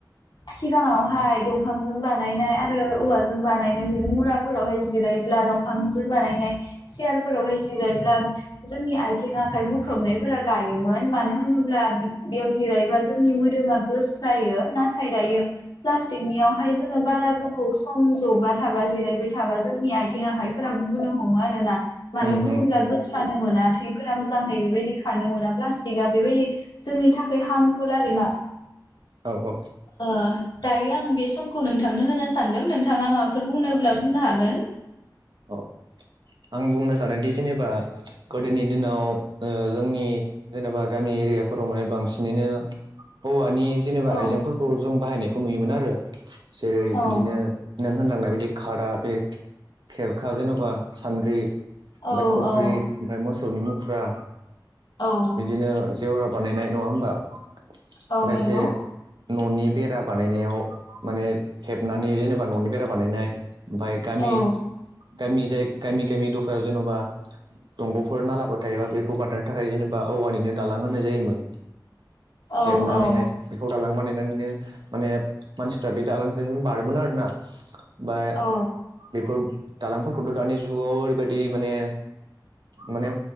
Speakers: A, on the left; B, on the right.
A: सिगाङावहाय दंफांजों बानायनाय आरो औवाजों बानायनाय बि मुराफोरावहाय जिराय ब्ला दंफांजों बानायनाय सियार फोरावहाय जिरायब्ला जोंनि आथिं आखाइ बुख्रबनायफोरा गायोमोन मानो होनोब्ला बेयाव जिरायबा जोंनि मोदो मा गेस जायो नाथाय दायो फ्लासथिक नियावहाय जोङो बारा गोबाव सम जबाय थाबा जिरायबाय थाबा जोंनि आथिं आखाइफोरा बुनो हमो आरोना। मानो
B: उम उम
A: बुङोब्ला गोस्रानो मोना थैफोरा मोजाङै बेबायदि खारनो मोना प्लास्टिकआ बेबायदि जोंनि थाखाय हार्मफुल आरोना।
B: <inaudible> औ
A: ओ दायो आं बे समखौ नोंथांनो होनो सानदों नों थाङा माबाफोर बुंनोब्ला बुंनो हागोन।
B: औ आं बुंनो सानोदि जेनेबा गोदोनि दिनाव ओ जोंनि जेनेबा गामि एरियाफो राव माने बांसिनैनो औवानि जेनेबा
A: औ
B: आइजेंफोरखौ जों बाहायनायखौ नुयोमोन आरो। जेरै
A: औ
B: बिदिनो नों होनलांनाय बायदि खादा बे खेरखा जेन'बा सान्द्रि ओमफ्राय
A: औ
B: खफ्रि
A: औ
B: ओमफ्राय मोसौनि मुख्रा
A: औ
B: बिदिनो जेवरा बानायनाय। नङा होमबा?
A: औ
B: माखासे
A: नंगौ
B: न'नि बेरा बानायनायाव माने हेबनानै जेनेबा न'नि बेरा बानायनाय ओमफाय गामि
A: औ
B: गामि जाय गामि गामि दफायाव जेन'बा दंग'फोर नालाफोर थायोबा बेखौ बारनो थाखाय जेनेबा औवानिनो दालां होनाय जायोमोन।
A: औ
B: हेबनानैहाय
A: औ
B: बेखौ दालां बानायनानै नो माने मानसिफ्रा बे दालांजों बारोमोन आरोना। बा
A: औ
B: बेफोर दालांफोरखौथ' दानि जुगाव ओरैबायदि माने माने